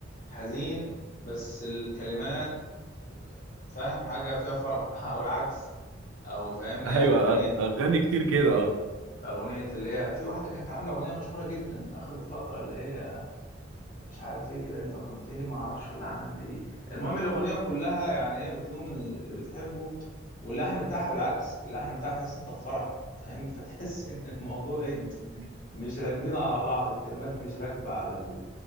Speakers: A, on the left (about 40°); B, on the right (about 85°).
A: حزين بس الكلمات فاهم حاجه فيها فرح <laughs> او العكس او فاهمني
B: ايوه
A: يعني اغنيه
B: اغاني كتير كده اه
A: اغنيه اللي هي في واحده كانت عامله اغنيه مشهوره جدا اخر فتره اللي هي مش عارف ايه كده انت خنتني ما اعرفش ولا عملت ايه المهم الاغنيه كلها يعني هي بتلوم ال- اللي بتحبه واللحن بتاعها بالعكس اللحن بتاعها تحس انت في فرح فاهمني فتحس <laughs> ان الموضوع
B: <laughs>
A: ايه مش راكبين على بعض الكلمات مش راكبه على ال...